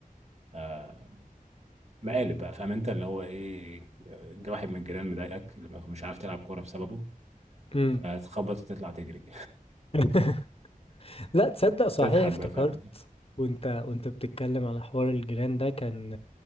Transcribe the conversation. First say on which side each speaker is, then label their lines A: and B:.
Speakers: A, on the right; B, on the left.
A: آه مقالب بقى فاهم انت اللي هو ايه جه واحد من الجيران مضايقك مش عارف تلعب كورة بسببه
B: امم
A: فتخبط وتطلع تجري
B: <laughs> لا تصدق
A: <laughs>
B: صحيح
A: وتضحك
B: افتكرت
A: بقى فاهم انت
B: وانت وانت بتتكلم على حوار الجيران ده كان